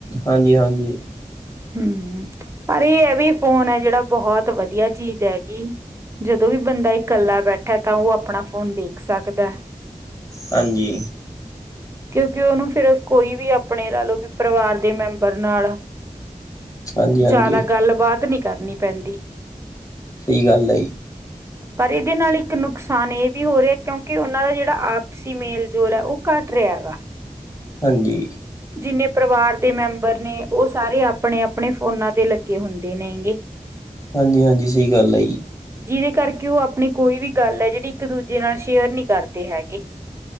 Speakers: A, on the left; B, on the right.
A: ਹਾਂਜੀ, ਹਾਂਜੀ।
B: ਹੂੰ, ਪਰ ਇਹ ਇਹ ਵੀ ਫੋਨ ਹੈ, ਜਿਹੜਾ ਬਹੁਤ ਵਧੀਆ ਚੀਜ਼ ਹੈਗੀ। ਜਦੋਂ ਵੀ ਬੰਦਾ ਇਕੱਲਾ ਬੈਠਾ ਹੈ, ਤਾਂ ਉਹ ਆਪਣਾ ਫੋਨ ਦੇਖ ਸਕਦਾ ਐ।
A: ਹਾਂਜੀ।
B: ਕਿਉਂਕਿ ਉਹਨੂੰ ਫਿਰ ਕੋਈ ਵੀ ਆਪਣੇ ਲਾ ਲਓ ਵੀ ਪਰਿਵਾਰ ਦੇ ਮੈਂਬਰ ਨਾਲ
A: ਹਾਂਜੀ ਹਾਂਜੀ
B: ਜ਼ਿਆਦਾ ਗੱਲਬਾਤ ਨੀਂ ਕਰਨੀ ਪੈਂਦੀ।
A: ਸਹੀ ਗੱਲ ਹੈ ਜੀ
B: ਪਰ ਇਹਦੇ ਨਾਲ ਇੱਕ ਨੁਕਸ ਨੁਕਸਾਨ ਇਹ ਵੀ ਹੋ ਰਿਹਾ ਕਿਉਂਕਿ ਉਹਨਾਂ ਦਾ ਜਿਹੜਾ ਆਪਸੀ ਮੇਲ ਜੋਲ ਐ ਉਹ ਘੱਟ ਰਿਹਾ ਗਾ।
A: ਹਾਂਜੀ।
B: ਜਿੰਨੇ ਪਰਿਵਾਰ ਦੇ ਮੈਂਬਰ ਨੇ ਉਹ ਸਾਰੇ ਆਪਣੇ-ਆਪਣੇ ਫੋਨਾਂ ਤੇ ਲੱਗੇ ਹੁੰਦੇ ਨੇਗੇ।
A: ਹਾਂਜੀ, ਹਾਂਜੀ। ਸਹੀ ਗੱਲ ਐ ਜੀ।
B: ਜਿਹਦੇ ਕਰਕੇ ਉਹ ਆਪਣੀ ਕੋਈ ਵੀ ਗੱਲ ਐ, ਜਿਹੜੀ ਇੱਕ ਦੂਜੇ ਨਾਲ ਸ਼ੇਅਰ ਨੀ ਕਰਦੇ ਹੈਗੇ।